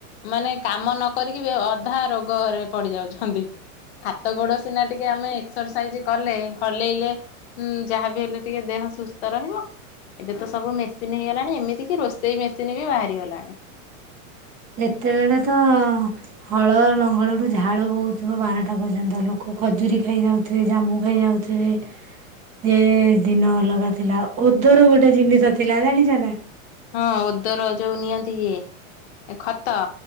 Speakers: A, on the left (about 55°); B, on the right (about 20°).
A: ମାନେ କାମ ନ କରିକି ବି ଅଧା ରୋଗରେ ପଡିଯାଉଛନ୍ତି। ହାତ ଗୋଡ ସ୍ ଯଦି ଆମେ ଏକ୍ସରସାଇଜ କଲେ ହଲେଇଲେ ଉଁ ଯାହା ବିି ହେଲେ ଟିକେ ଦେହ ସୁସ୍ଥ ରହିବ ଏବେ ତ ସବୁ ମେସିନ ହେଇଗଲାଣି ଏମିତି କିି ରୋଷେଇ ମେସିନ ବି ବାହାରି ଗଲାଣି।
B: ଯେତେବେଳେ ତ ହଳ ଲଙ୍ଗଳ ରୁ -ଝାଳ ବୋହୁଥିବ ବାରଟା ପର୍ଯ୍ୟନ୍ତ ଲୋକ ଖଜୁରୀ ଖାଇଯାଉଥିବେ ଜାମୁ ଖାଇଯାଉଥିବେ ସେଏ ଦିନ ଅଲଗା ଥିଲା ଓଦର ଗୋଟେ ଜିନିଷ ଥିଲା ଜାଣିଚ ନା?
A: ହଁ ଓଦର ଯଉ ନିଅନ୍ତି। ଏ ଖତ